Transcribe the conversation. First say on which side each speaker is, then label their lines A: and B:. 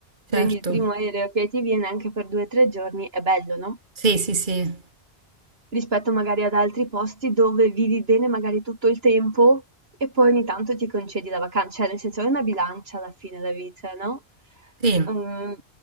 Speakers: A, on the right; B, on the right.
A: prendi
B: certo.
A: il primo aereo che ti viene anche per due o tre giorni, è bello, no?
B: Sì, sì, sì.
A: rispetto magari ad altri posti dove vivi bene magari tutto il tempo e poi ogni tanto ti concedi la vacanza, cioè nel senso è una bilancia alla fine la vita, no?
B: Sì.
A: Ehm,